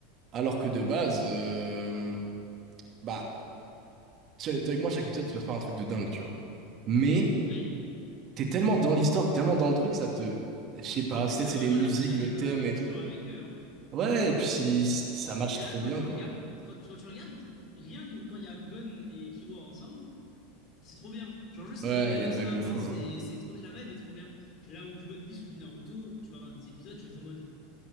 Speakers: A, on the right; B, on the left.
A: alors que de base, euh, bah, t'es t'es avec moi, chaque épisode, tu passes pas un truc de dingue, tu vois. Mais
B: Ouais.
A: t'es tellement dans l'histoire, t'es tellement dans le truc, ça te... Je sais pas,
B: Bah en fait,
A: peut-être
B: t'as
A: c'est
B: vraiment
A: les musiques,
B: l'impression d'être
A: le
B: dans
A: thème
B: l'aventure
A: et tout.
B: avec eux, hein,
A: Ouais, et puis
B: pour
A: si-
B: le coup.
A: si, ça match
B: Et là,
A: trop
B: quand
A: bien,
B: tu regardes,
A: quoi.
B: quand tu, quand tu regardes, rien que quand il y a Gon et Killua ensemble, C'est trop bien. Genre juste
A: Ouais,
B: euh,
A: il y a une
B: ça
A: vibe de
B: avance
A: fou, hein.
B: et c'est trop la vibe est trop bien. Là où du One Piece ou du Naruto, tu vas voir des épisodes, tu vas être en mode